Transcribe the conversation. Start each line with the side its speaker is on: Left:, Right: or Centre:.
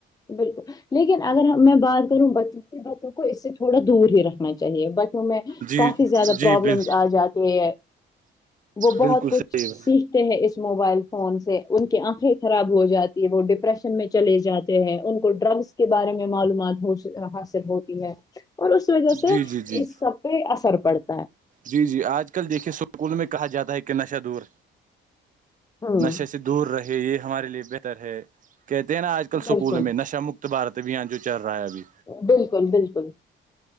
Left: بالکل لیکن اگر میں بات کروں بچ بچوں کو اس سے تھوڑا دور ہی رکھنا چاہیے ب میں
Right: جی
Left: کافی زیادہ
Right: جی
Left: پرابلمس
Right: بال
Left: آ جاتے ہیں وہ بہت
Right: بالکل
Left: کچھ
Right: صحیح
Left: سیکھتے ہیں اس موبائل فون سے ان کے آنکھیں خراب ہو جاتی وہ ڈپریشن میں چلے جاتے ہیں ان کو ڈرگس کے بارے میں معلومات حاصل ہوتی ہے اور اس وجہ
Right: جی
Left: سے
Right: جی جی
Left: اس سب پہ اثر پڑتا ہے
Right: جی جی آج کل دیکھیے اسکول میں کہا جاتا ہے کہ نشہ دور
Left: ہوں
Right: نشے سے دور رہے یہ ہمارے لیے بہتر ہے کہتے نا آج کل
Left: بالکل
Right: سکول میں نشہ مک بارت بھی آ جو چل رہا ہے ابھی
Left: بالکل بالکل